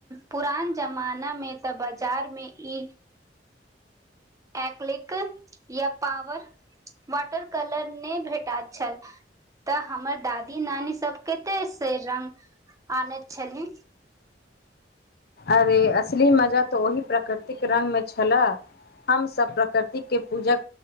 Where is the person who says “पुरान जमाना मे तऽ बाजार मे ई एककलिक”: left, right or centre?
Right